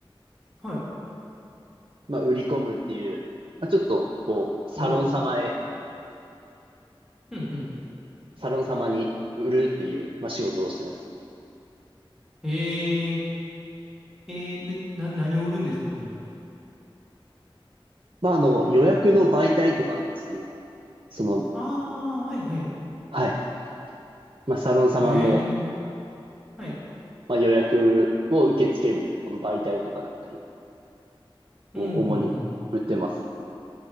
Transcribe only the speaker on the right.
まあ、売り込むっていう、まあ、ちょっと、こう、サロン様へ、
サロン様に売るっていう、まあ、仕事をしてます。
まあ、あの、予約の媒体とかですね。その、
はい。まあ、サロン様の、
まあ、予約を受け付ける、この媒体とかだったり
を主に売ってます。